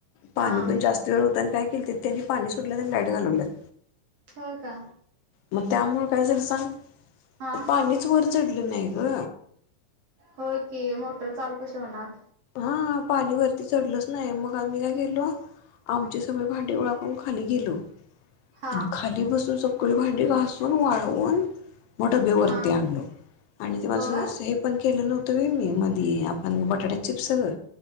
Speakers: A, on the left; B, on the right.
A: पाणी
B: हा
A: पण जास्त वेळ होतं आणि काय किल्तीत त्यांनी पाणी सोडल्यात आणि लाईट घालवल्यात.
B: होय का.
A: मग त्यामुळे काय झालं सांग
B: हा
A: पाणीच वर चढलं नाही ग
B: होय की मोटर चालू कशी होणार?
A: हा पाणी वरती चढलंच नाही मग आम्ही काय केलो आमचे सगळे भांडे गोळा करून खाली गेलो
B: हा
A: आणि खाली बसून सगळी भांडी घासून, वाळवून मग डबे वरती
B: हा
A: आणलो आणि ते माझ
B: होय
A: हे पण केलं नव्हतं व मी मधी आपण बटाट्याचे चिप्स ग